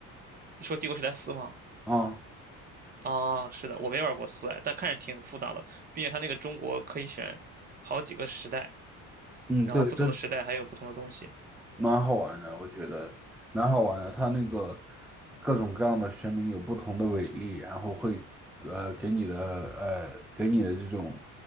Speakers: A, on the right (about 30°); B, in the centre.
A: 你说《帝国时代四》吗？
B: 啊，
A: 啊，是的，我没玩过四，哎，但看着挺复杂的，毕竟它那个中国可以选好几个时代，
B: 嗯，
A: 然后不同的时代还有不同的东西。
B: 对，这蛮好玩的，我觉得蛮好玩的。它那个各种各样的神明有不同的伟力，然后会呃给你的呃给你的这种